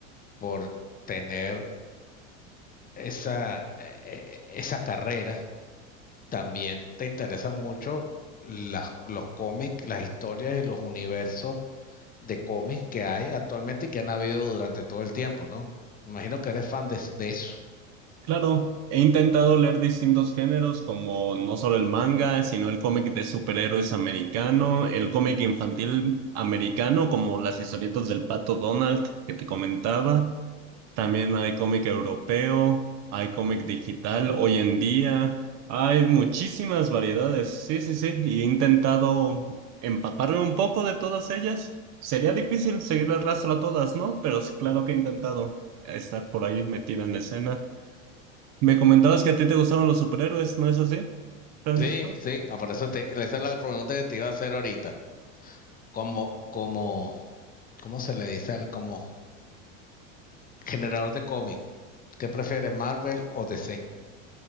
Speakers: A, on the left (about 20°); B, on the right (about 45°).
A: por tener esa, eh, eh, esa carrera, también te interesan mucho las, los cómics, las historias y los universos de cómics que hay actualmente y que han habido durante todo el tiempo, ¿no? Imagino que eres fan de, de eso.
B: Claro, he intentado leer distintos géneros como no solo el manga, sino el cómic de superhéroes americano, el cómic infantil americano como las historietas del Pato Donald que te comentaba. También hay cómic europeo, hay cómic digital hoy en día, hay muchísimas variedades. Sí, sí, sí, y he intentado empaparme un poco de todas ellas. Sería difícil seguir el rastro a todas, ¿no? Pero sí, claro que he intentado estar por ahí metida en la escena. Me comentabas que a ti te gustaban los superhéroes, ¿no es así, Francisco?
A: Sí, sí, ah, por eso te, esa es la pregunta que te iba a hacer ahorita. Como, como, ¿cómo se le dice al como generador de cómic? ¿Qué prefieres, Marvel o DC?